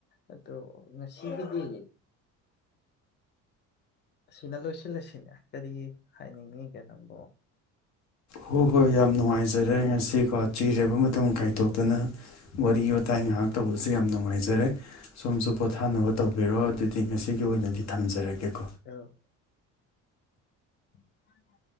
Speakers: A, on the left; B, on the left.
A: ꯑꯗꯣ ꯉꯁꯤꯒꯤꯗꯤ ꯑꯁꯤꯅ ꯂꯣꯏꯁꯤꯜꯂꯁꯤꯅꯦ ꯀꯔꯤ ꯍꯥꯏꯅꯤꯡꯉꯒꯦ ꯅꯪꯕꯨꯣ
B: ꯍꯣꯏ ꯍꯣꯏ ꯌꯥꯝ ꯅꯨꯡꯉꯥꯏꯖꯔꯦ ꯉꯁꯤꯀꯣ ꯆꯤꯔꯕ ꯃꯇꯝ ꯀꯥꯏꯊꯣꯛꯇꯅ ꯋꯥꯔꯤ ꯋꯥꯇꯥꯏ ꯉꯥꯏꯍꯥꯛ ꯇꯧꯕꯁ ꯌꯥꯝ ꯅꯨꯡꯉꯥꯏꯖꯔꯦ ꯁꯣꯝꯁꯨ ꯄꯣꯊꯥꯅꯕ ꯇꯧꯕꯤꯔꯣ ꯑꯗꯨꯗꯤ ꯉꯁꯤꯒꯤ ꯑꯣꯏꯅꯗꯤ ꯊꯝꯖꯔꯒꯦꯀꯣ
A: ꯑ ꯎ ꯍ